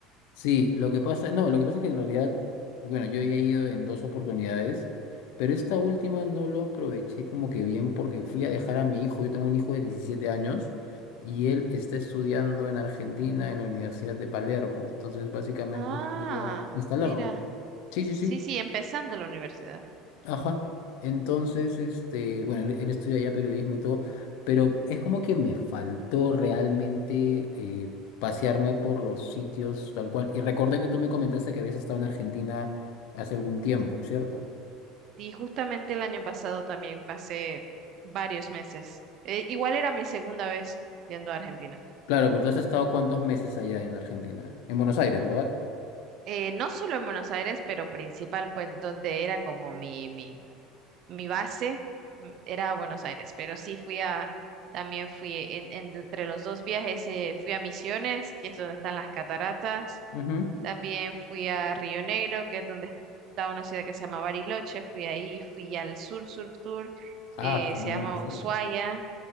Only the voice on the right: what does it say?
Ah,
mira.
Sí, sí, empezando la universidad.
Y justamente el año pasado también pasé varios meses. Eh, igual era mi segunda vez yendo a Argentina.
Eh, no solo en Buenos Aires, pero principal, pues donde era como mi, mi mi base mm, era Buenos Aires, pero sí fui a, también fui en, en- entre los dos viajes, eh, fui a Misiones, que es donde están las cataratas,
también fui a Río Negro, que es donde está una ciudad que se llama Bariloche, fui ahí, fui al sur, sur, sur, que
se llama
Ushuaia,